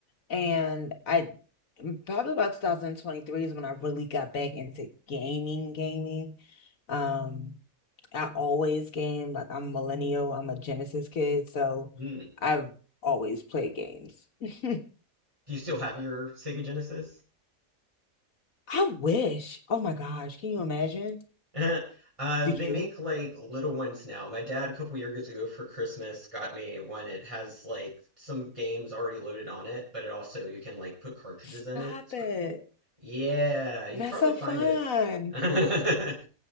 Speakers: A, on the left (about 80°); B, on the right (about 20°).
A: and I mm, probably about 2023 is when I really got back into gaming, gaming. Um, I always game, like I'm millennial, I'm a Genesis kid, so
B: Hmm.
A: I've always played games. <laughs>
B: Do you still have your Sega Genesis?
A: I wish. Oh my gosh, can you imagine?
B: <laughs> Uh,
A: Do
B: they
A: you?
B: make like little ones now. My dad, a couple years ago for Christmas, got me one. It has like some games already loaded on it, but it also you can like put cartridges
A: Stop
B: in it. It's pretty.
A: it.
B: Yeah, you
A: That's
B: can probably
A: so
B: find
A: fun.
B: it. <laughs>